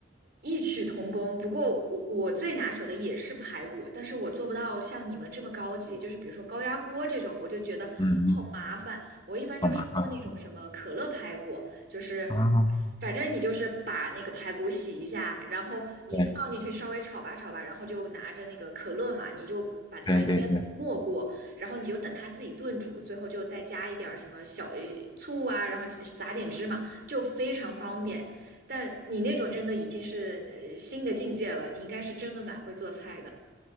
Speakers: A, on the right (about 50°); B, on the left (about 25°).
A: 异曲同工。不过我我最拿手的也是排骨，但是我做不到像你们这么高级，就是比如说高压锅这种，我就觉得好
B: 嗯，
A: 麻烦。我一般就是做那种什么可乐排骨，
B: 好麻烦
A: 就是
B: 啊！
A: 反正你就是把那个排骨洗一下，然后你放进去稍微炒吧炒吧，
B: 对
A: 然后就拿着那个可乐嘛，你就把它淹没过，
B: 对对对。
A: 然后你就等它自己炖煮，最后就再加一点儿什么小呃醋啊，然后撒点芝麻，就非常方便。但你那种真的已经是呃新的境界了，你应该是真的蛮会做菜的